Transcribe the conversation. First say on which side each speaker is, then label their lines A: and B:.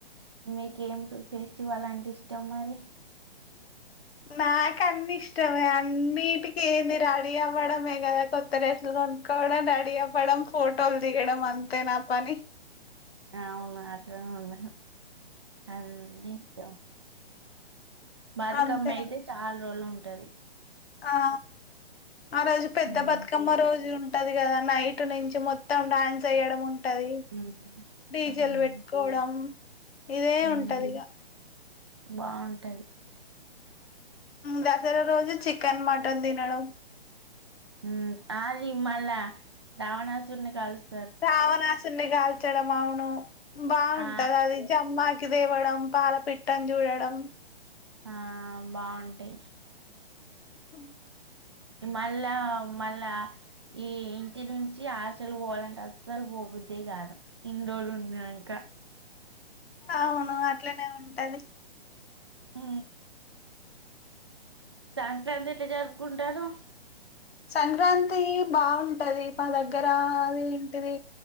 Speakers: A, on the right; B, on the left.
A: మీకేం ఫేస్టివలంటే ఇష్టం మరి
B: నాకన్ని ఇష్టమే అన్నిటికి ఏంది రడీ అవ్వడమే కదా కొత్త డ్రెస్సులు కొనుకోవడం రడి అవ్వడం ఫోటోలు దిగడం అంతే నా పని
A: అవ్నా అట్లనే ఉండాలి అన్ నీ ఇష్టం బాతుకమ్మ
B: అంతే
A: అయితే చాలా రోజులుంటది
B: ఆ ఆ రోజు పెద్ద
A: ఉమ్,
B: బతుకమ్మ రోజుం ఉంటది కదా నైట్నుంచి మొత్తం డాన్సేయడం ఉంటది
A: ఉమ్,
B: డీజెల్
A: ఉమ్,
B: పెట్టుకోవడం ఇదే
A: ఉమ్,
B: ఉంటదిగ
A: బాగుంటది
B: దసరా రోజు చికెన్ మటన్ దినడం
A: ఉమ్ ఆది మళ్ళా రావణాసుర్ని కలుస్
B: రావణాసున్నీ గాల్చడం అవును బాగుంటది
A: ఆ
B: అది జమ్మా కి తేవడం పాలపిట్టన్జూడడం
A: ఆ బాగుంటయ్
B: హహ్
A: మళ్ళా మళ్ళా ఈ ఇంటి నుంచి హాస్టల్ పోవాలంటే అస్సలు పోబుద్దే కాదు ఇండ్రోళ్లునంక
B: అవ్ను అట్లనే ఉంటది
A: ఉ సంక్రాంతి ఎట్లా జర్పుకుంటారు
B: సంక్రాంతి బాగుంటది మా దగ్గర అదేంటిది